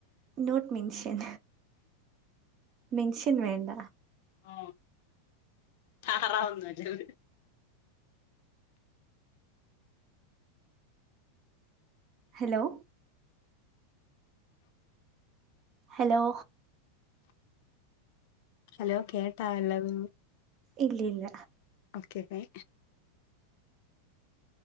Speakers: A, on the right; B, on the left.
A: നോട്ട് മെൻഷൻ മെൻഷൻ വേണ്ട
B: ഓ താറവൊന്നുല്ല അത്
A: ഹലോ ഹെലോ
B: ഹലോ കേട്ടാ വല്ലതും
A: ഇല്ലില്ല
B: ഓക്കെ ബൈ